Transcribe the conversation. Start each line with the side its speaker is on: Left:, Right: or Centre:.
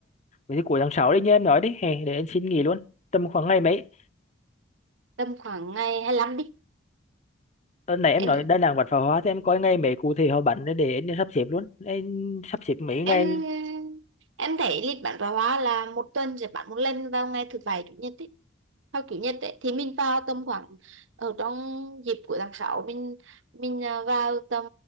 Left: vậy thì cuối tháng 6 đi như em nói đi hè để em xin nghỉ luôn tầm khoảng ngày mấy
Right: tầm khoảng ngày hai lăm đi
Left: ờ, nãy em
Right: em
Left: nói Đà Nẵng bắn pháo hoa thì em coi ngày mấy cụ thể họ bắn để, để em sắp xếp luôn em sắp xếp mấy ngày
Right: em em thấy lịch bán pháo hoa là một tuần sẽ bán một lần vào ngày thứ bảy chủ nhật ấy hoặc chủ nhật ấy thì mình vào tầm khoảng ở trong dịp của tháng 6 mình mình à, vào tầm